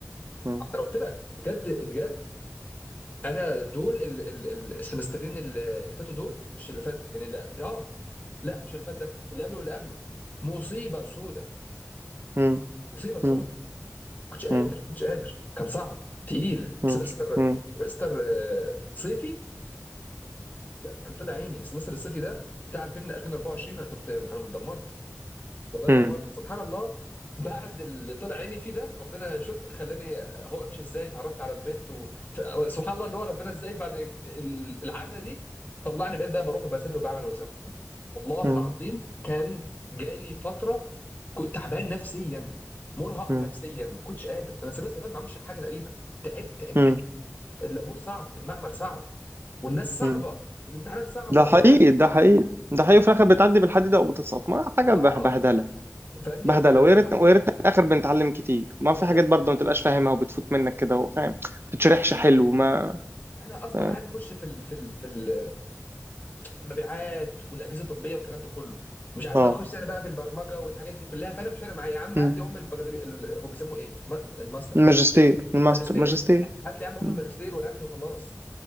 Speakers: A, on the right; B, on the left.
A: مم.
B: انا قلت لك بجد بجد انا دول ال- ال- ال- السمسترين اللي اللي فاتوا دول مش اللي فات يعني اللي اه لا مش اللي فات ده اللي قبله واللي قبله مصيبه سودة
A: مم.
B: مصيبه سودة
A: مم.
B: كنتش قادر
A: مم.
B: كنتش قادر كان صعب تقيل
A: مم.
B: سمستر
A: مم.
B: سمستر آه، صيفي بجد كان طلع عيني السمستر الصيفي ده بتاع 2000 2024 انا كنت انا اتدمرت والله اتدمرت
A: مم.
B: سبحان الله بعد اللي طلع عيني فيه ده ربنا شوف خلاني هو امشي ازاي اتعرفت على البنت و... ف- سبحان الله اللي هو ربنا ازاي بعد ال- العجنه دي طلعني بقيت بقى بروح وبسافر وبعمل وبسوي والله
A: مم.
B: العظيم كان جالي فتره كنت تعبان نفسيا مرهق
A: مم.
B: نفسيا ما كنتش قادر انا السمستر اللي فات ما عملش حاجه تقريبا تعبت تعبت
A: مم.
B: اللابور صعب المعمل صعب والناس صعبه
A: مم.
B: والامتحانات صعبه
A: ده
B: وفي
A: حقيقي
B: الاخر عد-
A: ده حقيقي ده حقيقي في الاخر بتعدي بالحديده وبتسقط ما حاجه به-
B: اه
A: بهدله
B: فاهمني
A: بهدله
B: وانا
A: ويا
B: بصراحه
A: ريتنا ويا ريتنا في الاخر بنتعلم كتير ما
B: ولا
A: في حاجات برضه ما تبقاش فاهمها وبتفوت منك كده وفاهم ما بتتشرحش حلو ما
B: انا اصلا
A: فاهم
B: عايز اخش في ال... في ال... في ال... في المبيعات والاجهزه الطبيه والكلام ده كله مش عايز
A: اه
B: بقى اخش انا بقى في البرمجه والحاجات دي كلها فانا مش فارق معايا يا عم
A: مم.
B: هات لي ام البكالوريوس ال... هو بيسموه ايه؟ ما- الماستر
A: الماجستير الماستر
B: ماجستير
A: ماجستير
B: هات لي يا عم ام
A: مم.
B: الماجستير وريحني وخلاص